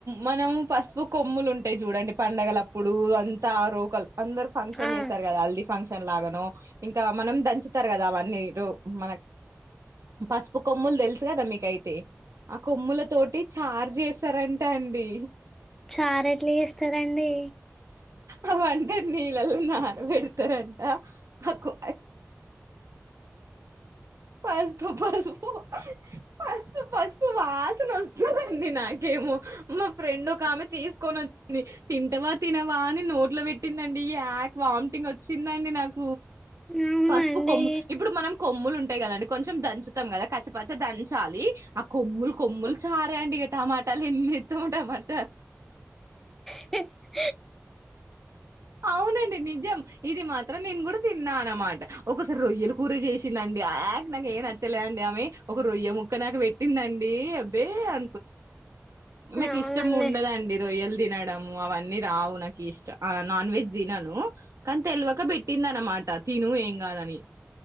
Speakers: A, on the right; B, in the centre.
A: మన పాస్బుక్ తమ్ములు ఉంటాయి చూడండి పండగల అప్పుడు అంతా రోకలు అందరు ఫంక్షన్
B: ఆ
A: చేస్తారు కదా హల్దీ ఫంక్షన్ చెెల్లాగను ఇంకా మనం దంచతర కదా అవన్నీ మీరు మనకు పసుపు కొమ్ములు తెలుసు కదా మీకైతే ఆ కొమ్ముల తోటి చార్ చేసి సరే అంటే అండి
B: చార ఎట్ల ఏ సరే అండి
A: అ అంటే నీళ్ళలో నాన పెడతారంట ఆకు పసుపు పసుపు పసుపు పసుపు వాసన వస్తుందండి నాకేమో మా ఫ్రెండ్ ఒక ఆమె తీసుకొని వచ్చింది తింటవా తినవా అని నోట్లో పెట్టిందండి ఈ యాక్ వామిటింగ్ వచ్చిందండి నాకు
B: అవునండి
A: పసుపు కొమ్ము ఇప్పుడు మనం కొమ్ములు ఉంటాయి కదండి కొంచెం దంచుతాం కదా పచ్చిపచ్చచి దంచాలి ఆ కొమ్ముల్ కొమ్ముుల్ చారే అండి గ టమాటలు ఎండి త టమాట
B: చె
A: అవునండి నిజం ఇది మా నేను కూడా తిన్నాను అనమాట ఒకసారి రొయ్యలు కూర చేసిందిండి యాగ నాకు ఏం నచ్చలేండి ఆమె ఒక రొయ్య ముక్క నాకు పెట్టిందండి అబ్బే అ నాకు
B: అవునండి
A: ఇష్టం ఉండదండి రోయ్యల్ తినడము అవన్నీ రావు నాకు ఇష్ట ఆ నాన్ వెజ్ దినను కానీ తెలివక పెట్టింది అన్నమాట తిను ఏం గాదని